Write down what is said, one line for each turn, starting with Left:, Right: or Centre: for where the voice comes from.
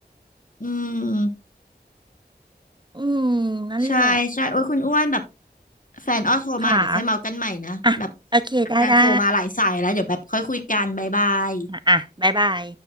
Left: อืม
Right: อืมนั่นแหละ
Left: ใช่ใช่โอ้ยคุณอ้วนแบบแฟนอ้อโทรมาเดี๋ยวค่อยเมากันใหม่นะแบบ
Right: ค่ะอ่ะโอเค ได้ได้
Left: นางโทรมาหลายสายแล้วเดี๋ยวแบบค่อยคุยกันบ๊ายบาย
Right: อ่ะอ่ะบ๊ายบาย